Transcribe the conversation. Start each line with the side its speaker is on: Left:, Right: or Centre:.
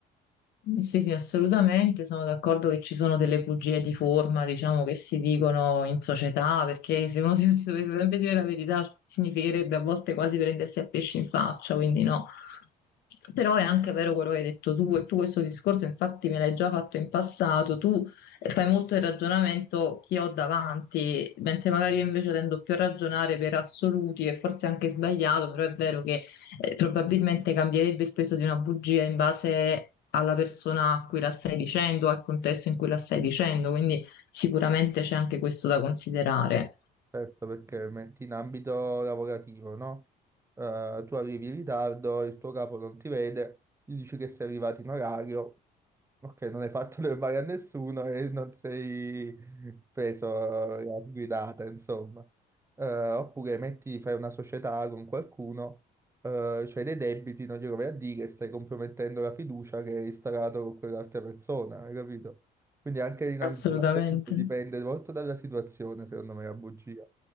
Left: sì, sì, assolutamente, sono d'accordo che ci sono delle bugie di forma, diciamo, che si dicono in società, perché se uno si si dovesse sempre dire la verità, significherebbe a volte quasi prendersi a pesci in faccia, quindi no. Però è anche vero quello che hai detto tu, e tu questo discorso infatti me l'hai già fatto in passato, tu eh, fai molto il ragionamento che ho davanti, mentre magari io invece tendo più a ragionare per assoluti, e forse anche sbagliato, però è vero che eh, probabilmente cambierebbe il peso di una bugia in base alla persona a cui la stai dicendo, al contesto in cui la stai dicendo, quindi sicuramente c'è anche questo da considerare.
Right: Certo, perché metti in ambito lavorativo, no? Eh, tu arrivi in ritardo, il tuo capo non ti vede, gli dici che sei arrivato in orario, ok, non hai fatto <laughs> del male a nessuno e non sei preso la guidata, insomma. Eh, oppure metti, fai una società con qualcuno, eh, c'hai dei debiti, non glielo vai a dire, stai compromettendo la fiducia che hai instaurato con quell'altra persona, hai capito? Quindi anche in ambito
Left: Assolutamente.
Right: lavorativo dipende molto dalla situazione, secondo me, la bugia.